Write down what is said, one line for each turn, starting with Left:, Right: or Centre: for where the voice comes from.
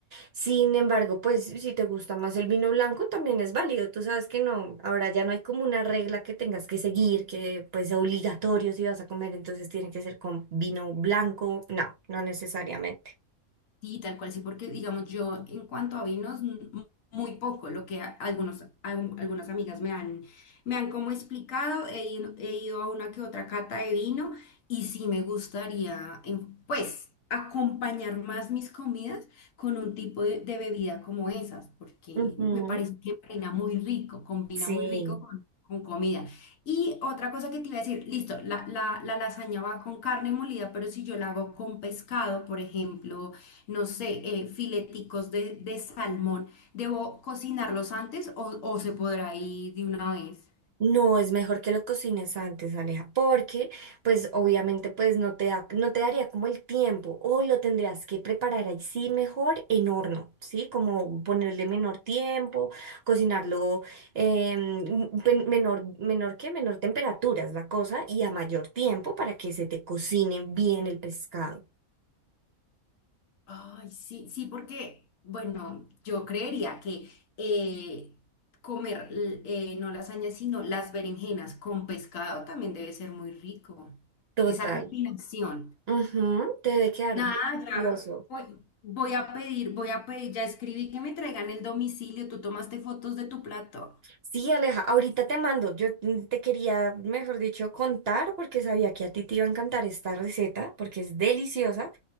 Right: Sin embargo, pues si te gusta más el vino blanco, también es válido. Tú sabes que no, ahora ya no hay como una regla que tengas que seguir, que pues sea obligatorio si vas a comer, entonces tiene que ser con vino blanco. No, no necesariamente.
Left: Sí, tal cual, sí, porque digamos, yo en cuanto a vinos, m- muy poco, lo que a- algunos, algún- algunas amigas me han, me han como explicado, he, ido he ido a una que otra cata de vino y sí me gustaría, em, pues, acompañar más mis comidas con un tipo de, de bebida como esas, porque
Right: Ujú,
Left: me parece que combina muy rico, combina
Right: Sí.
Left: muy rico con, con comida. Y otra cosa que te iba a decir, listo, la, la, la lasaña va con carne molida, pero si yo la hago con pescado, por ejemplo, no sé, eh, fileticos de, de salmón, ¿debo cocinarlos antes o, o se podrá ir de una vez?
Right: No, es mejor que lo cocines antes, Aleja, porque pues obviamente pues no te da, no te daría como el tiempo o lo tendrías que preparar ahí sí mejor en horno, ¿sí? Como ponerle menor tiempo, cocinarlo em, pen- menor, menor que menor temperatura es la cosa y a mayor tiempo para que se te cocine bien el pescado.
Left: Ay, sí, sí, porque, bueno, yo creería que eh, comer l- eh, no lasañas, sino las berenjenas con pescado también debe ser muy rico.
Right: Total.
Left: Esa combinación.
Right: Ujú, te debe quedar
Left: Nada,
Right: delicioso.
Left: ya voy, voy a pedir, voy a pedir, ya escribí que me traigan el domicilio, tú tomaste fotos de tu plato.
Right: Sí, Aleja, ahorita te mando. Yo mm, te quería, mejor dicho, contar porque sabía que a ti te iba a encantar esta receta porque es deliciosa,